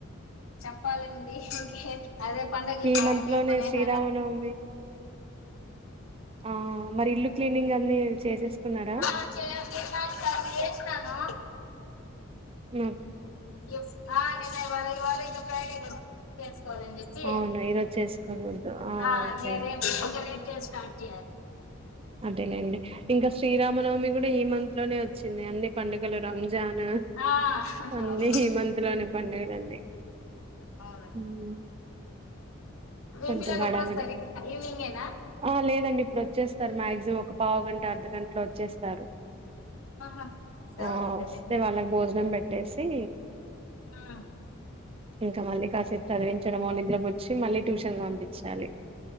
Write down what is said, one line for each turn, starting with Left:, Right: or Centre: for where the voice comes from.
Left: చెప్పాలండి ఇంకేం. అదే పంండగలి
Right: ఈ మంత్
Left: మీ
Right: లోనే
Left: కొనే
Right: శ్రీరామనవమి
Left: హ.
Right: ఆ మరి ఇల్లు క్లీనింగ్ అన్ని చేసేసుకున్నారా.
Left: ఆ చే నిన్న ఒకసారి చేసినాను.
Right: ఉ.
Left: ఇ నేన ఇవాళ ఇవాళ ఇంకా ఫ్రైడే కదా. కొలనికి
Right: అవును ఈరోజు చేసుకోకూడదు
Left: ఆ
Right: ఓకే
Left: నేను రేపు. నేను స్టార్ట్ చేయాలి.
Right: అదేలేండి ఇంకా శ్రీరామనవమి కూడా ఈ మంత్ లోనే వచ్చింది అండి. పండుగలు రంజాన్
Left: ఆ
Right: అన్నీ
Left: అవునవును
Right: ఈ మంత్ లోనే పండుగలు అన్ని.
Left: అవునండి
Right: ఉమ్.
Left: మీ
Right: కొంచెం
Left: పిల్లలు
Right: అడాగది
Left: ఎప్పుడొస్తారు ఇంకా ఈవినింగేనా
Right: ఆ లేదండి ఇప్పుడు వచ్చేస్తారు వచ్చేసాం ఒక పావు గంట అర్ధగంట ఇంట్లో వచ్చేస్తారు
Left: ఆహా సరే
Right: ఆ
Left: సరే
Right: వస్తే వాళ్ళకి భోజనం పెట్టేసి
Left: ఆ
Right: ఇంకా మళ్ళీ కాసేపు చదివించడం నిద్రపో వచ్చి మళ్ళీ ట్యూషన్ పంపించాలి